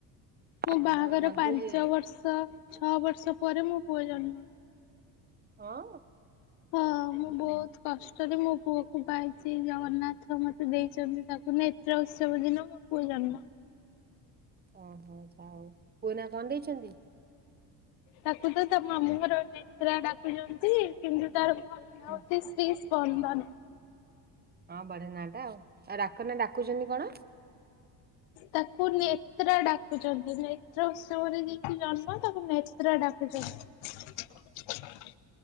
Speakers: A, on the left; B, on the right.
A: ମୋ
B: ଭଲ
A: ବାହାଘର
B: ମନ୍ଦିର
A: ପାଞ୍ଚ ବର୍ଷ ଛଅ ବର୍ଷ ପରେ ମୋ ପୁଅ ଜନ୍ମ।
B: ହଁ!
A: ହଁ ମୁଁ ବହୁତ କଷ୍ଟରେ ମୋ ପୁଅ କୁ ପାଇଚି। ଜଗନ୍ନାଥ ମୋତେ ଦେଇଛନ୍ତି ତାକୁ ନେତ୍ର ଉତ୍ସବ ଦିନ ମୋ ପୁଅ ଜନ୍ମ।
B: ଓହୋ ଯାହଉ ପୁଅ ନାଁ କଣ ଦେଇଛନ୍ତି?
A: ତାକୁ ତ ତା ମାମୁଁଙ୍କର ନେତ୍ରା ଡାକୁଚନ୍ତି। କିନ୍ତୁ ତାର ଭଲ ନାଁ
B: ହୁଁ,
A: ହଉଛି ଶ୍ରୀ ସ୍ପନ୍ଦନ।
B: ହଁ ବଢିଆ ନାଁ ଟା ଆଉ। ଆଉ ଡାକ ନାଁ ଡାକୁଛନ୍ତି କଣ?
A: ତାକୁ ନେତ୍ର ଡାକୁଛନ୍ତି। ନେତ୍ର ଉତ୍ସବରେ ଯେହେତୁ ଜନ୍ମ ତାକୁ ନେତ୍ର ଡାକୁ ଡାକୁଚନ୍ତି।